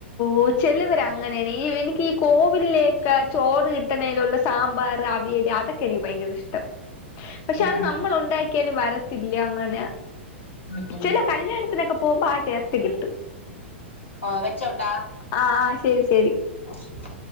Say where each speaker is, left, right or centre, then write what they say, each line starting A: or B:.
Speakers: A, on the left; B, on the left.
A: ഓ ചെലവര് അങ്ങനെയാണ് ഈ എനിക്ക് ഈ കോവിലിലേക്കെ ചോറ് കിട്ടണലുള്ള സാമ്പാർ അവിയൽ അതൊക്കെ എനിക്ക് ഭയങ്കര ഇഷ്ടം പക്ഷെ
B: ഉം
A: അത്
B: ഉം
A: നമ്മൾ ഉണ്ടാക്കിയാലും വര ഇല്ല അങ്ങനെ
B: ഉം ഉം
A: ചെല കല്യാണത്തിനൊക്കെ പോകമ്പ അ ടേസ്റ്റ് കിട്ടും
B: ആ വെച്ചോട്ടാ
A: ആ ശരി ശരി
B: ഒക്കേ